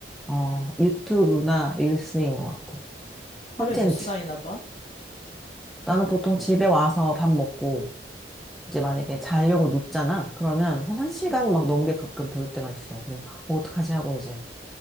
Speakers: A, in the centre; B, on the left (about 35°).
A: 어 유튜브나 릴스인 것 같아. 콘텐츠.
B: 하루에 몇 시간이나 봐?
A: 나는 보통 집에 와서 밥 먹고 이제 만약에 자려고 눕잖아. 그러면 한 1시간 막 넘게 가끔 볼 때가 있어. 그럼 어떡하지 하고 이제